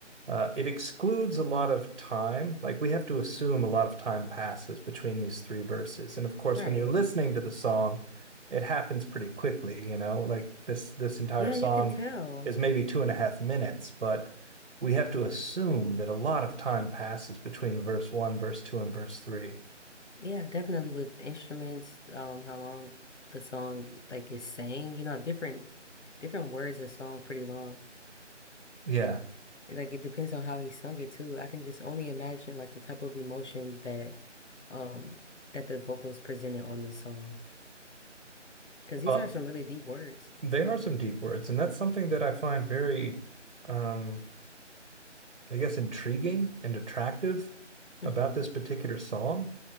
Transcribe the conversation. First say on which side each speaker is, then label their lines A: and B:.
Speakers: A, on the right; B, on the left.
A: Uh, it excludes a lot of time. Like we have to assume a lot of time passes between these three verses. And of course,
B: Right.
A: when you're listening to the song, it happens pretty quickly, you know, like this this entire
B: Yeah,
A: song
B: you can tell.
A: is maybe two and a half minutes, but we have to assume that a lot of time passes between verse one, verse two, and verse three.
B: Yeah, definitely with instruments, um, how long the song like is sang. You know, different different words are song pretty long.
A: Yeah.
B: It, Like it depends on how he sung it too. I can just only imagine like the type of emotion that um that the vocals presented on this song. Because these
A: Well,
B: are some really deep words.
A: they are some deep words, and that's something that I find very um I guess, intriguing and attractive
B: hmm
A: about this particular song